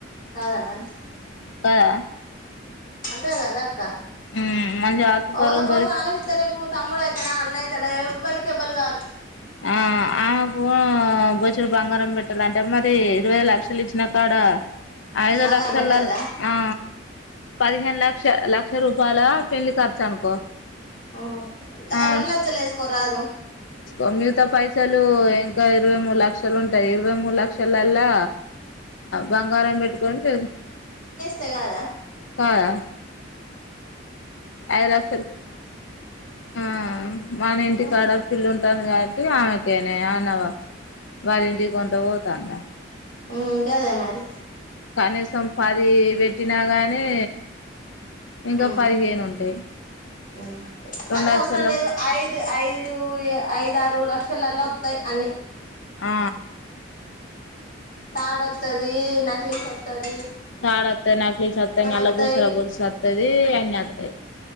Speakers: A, on the left; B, on the left.
A: కాదా మరి
B: కదా
A: అంతే కదక్క
B: ఉమ్ మంచి ఆస్తిపరువులు
A: ఒకలా కోసం
B: దొరికి
A: ఆలోచిస్తే రేపు తమ్ముడు అయితాడా అన్న అయితాడా ఎవ్వలికి ఎవ్వరు గారు
B: ఆ ఆమెకు బొచ్చెడు బంగారం పెట్టాలంటే మరి ఇరవై లక్షలు ఇచ్చినా కాడ ఐదు
A: బంగారం
B: లక్షల
A: పెట్టద్దా
B: ఆ పదిహేను లక్ష లక్ష రూపాయల పెళ్లి ఖర్చు అనుకో
A: ఆ
B: ఆ
A: రెండు లక్షలేసుకోరాదు
B: ఓంగీత పైసలు ఇంక ఇరవై మూడు లక్షలు ఉంటాయి ఇరవై మూడు లక్షల లా బంగారం పెట్టుకొని పేం
A: తే కాదా
B: కాదా
A: ఉమ్
B: ఐదు లక్షలు ఆ మన ఇంటి
A: మరి
B: కాడ పిల్లు ఉంటాను కాబ్ టి ఆ తేనే అన్నావు వాళ్ళింటికి పం ఎటు పోతందా
A: ఉ గదే మరి
B: కనీసం పది పెట్టినా గాని ఇంకా
A: హు
B: పదిహేను ఉంటాయి
A: హు
B: రెండు
A: పది
B: లక్షల
A: అవసరం లేదు ఐదు ఐదు ఐదు ఐదు ఆరు లక్షల వత్తాయి అన్ని
B: ఆ
A: తాడు వత్తాది నెక్లెస్ వత్తాది <inaudible>
B: తాడు ఆత్త ది నక్లెస్ వత్తాది నల్లపూసల
A: వస్తాయి
B: గొలుసు వత్తాది అన్ని వత్తాయి